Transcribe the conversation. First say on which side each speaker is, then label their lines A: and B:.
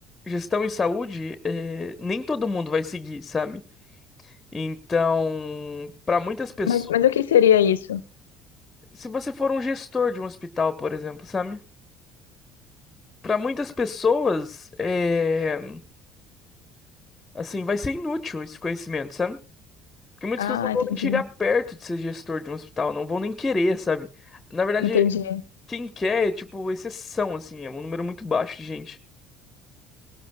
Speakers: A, on the left; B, on the left.
A: gestão em saúde, é, nem todo mundo vai seguir, sabe? Então, pra muitas pessoas.
B: Mas, mas o que seria isso?
A: Se você for um gestor de um hospital, por exemplo, sabe? Pra muitas pessoas, é, assim, vai ser inútil esse conhecimento, sabe? Porque muitas
B: Ah,
A: pessoas não vão
B: entendi,
A: nem chegar perto de ser gestor de um hospital, não vão nem querer, sabe? Na verdade,
B: entendi.
A: Quem quer é, tipo, exceção, assim, é um número muito baixo de gente.